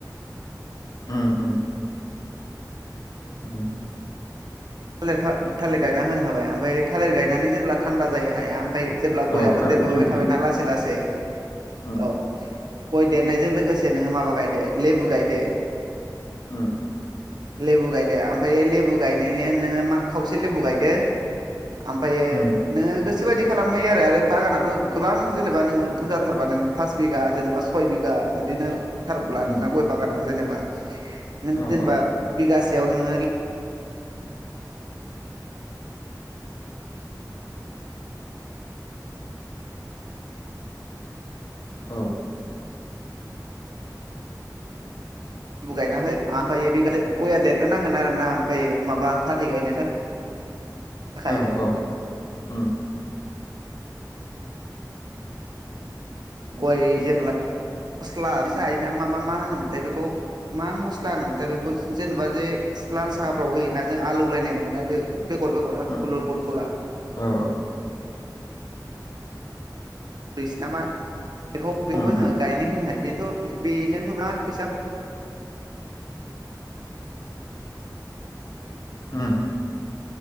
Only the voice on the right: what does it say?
थालिर थालि गायना होनो हाबाय ओमफ्राय थालिर गायनानै जेब्ला। थान्दा जायो हाया ओमफ्राय जेब्ला गयाबो
देरबोबाय
थाबायना
लासै लासै
औ। गय देरनायजों लोगोसे नोङो माबा गायदो लेबु गायदो।
लेबु गायदो ओमफायो लेबु गायनायनि नोङो मा खावसे लेबु गायदो। ओमफायो
नोङो गोसो बायदि खालामनो हायो आरो आरो बागानाथ गोबां जेनेबा नोङो बुरजाथारबा नोङो। फास बिघा जेनेबा सय बिघा बिदिनो। थारब्ला नोंना
गय बागारना जेनेबा नों
जेनेबा
बिगासेयाव नोङो।
बु गायना हो आ-ओमफ्राय बे गया देरग्रोनांगोन आरो ना ओमफायो माबा फाथै गायनो थाखाय। खाय
गयजोंलाय गस्ला जायोना मा मा मा होनोमोनथाय बेखौ। मा मस्ला होनोमोनथाया बेखौ जेनेबा जे लाल साहाफ्राव होयोना जों आलौलायनाय मोनोना बे। बेगर बेगार गल
गल गल गला।
बेसिनामा बेखौ बेखौबो
जोङो
गायनानै होनो हायो बेथ बेजोंथ बिराद फैसा।